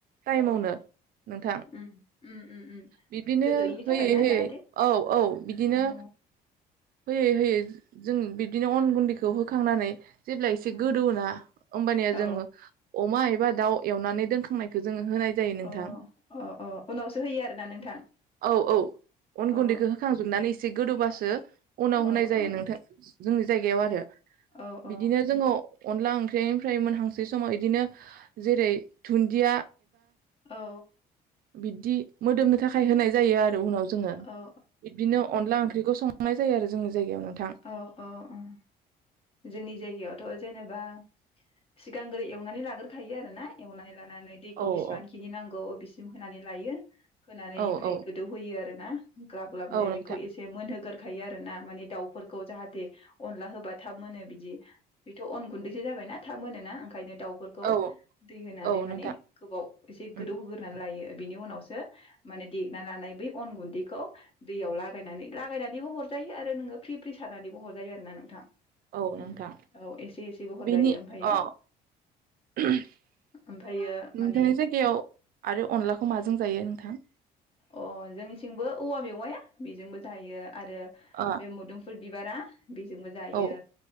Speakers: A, on the right; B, on the left.
A: टाइम
B: औ
A: आवनो नोंथां
B: उम उम उम उम
A: बिदिनो
B: गोदोयैनि
A: हो
B: थाखाय
A: होयै
B: ना
A: होयै
B: जाहाथे
A: औ औ बिदिनो
B: औ
A: होयै होयै। जों बिदिनो अन गुन्दैखौ होखांनानै जेब्ला एसे
B: उम
A: गोदौवो ना ओमबानिया
B: औ
A: जोङो अमा एबा दाउ एवनानै दोनखांनायखौ जोङो होनाय जायो नोंथां
B: अ अ अ उनावसो होयो आरोना नोंथां?
A: औ औ अन
B: अ औ
A: गुन्दैखौ होखांजोबनानै एसे गोदोवबासो उनाव
B: औ अ औ
A: होनाय जायो नोंथां जोंनि जायगायाव आरो
B: औ औ
A: बिदिनो जोङो अनला ओंख्रिनिफ्राय मोनहांसै समाव बिदिनो जेरै दुन्दिया
B: औ।
A: बिबदि मोदोमनो थाखाय होनाय जायो आरो उनाव जोङो
B: औ
A: बिदिनो अनला ओंख्रिखौ सं संनाय जायो आरो जोंनि जायगायाव नोंथां
B: औ औ ओं जोंनि जायगायावथ' जेनेबा सिगांग्रो एवनानै लाग्रोखायो आरोना एवनानै ला नानै दैखौ
A: औ
B: बेसिबां
A: औ
B: खिनि नांगौ बिसि होनानै लायो। होनानै
A: औ
B: ओमफाय
A: औ
B: गोदौहोयो आरो। ना। ग्लाब ग्लाबनो
A: औ नोंथां
B: बेखौ एसे मोनहोगोरखायो आरो। ना मानि दाउफोरखौ जाहाथे अनला होबा थाब मोनो बिदि बेथ' अन गुन्दैसो जाबायना थाब मोन ना। ओंखायनो दाउफोरखौ
A: औ
B: दै होनानै
A: औ
B: माने
A: नोंथां
B: गोबाव एसे
A: उम
B: गोदौ होग्रानै
A: उम
B: लायो बिनि उनावसो खो माने देना लानाय बै अन गुन्दैखौ दैयाव लागायनानै लागायनानैबो हरजायो आरो नोङो फ्रि फ्रि सारनानैबो हरजायो आरोना नोंथां।
A: औ नोंथां
B: उम औ एसे एसेबो हरजायो
A: बेनि
B: ओमफ्रायो
A: अ नोंथांनि
B: ओमफ्रायो माने
A: जायगायाव आरो अनलाखौ माजों जायो नोंथां?
B: अ जोंनिथिंबो औवा मेवाया बेजोंबो जायो। आरो
A: अ
B: बे मुदुंफुल बिबारा बेजोंबो जायो
A: औ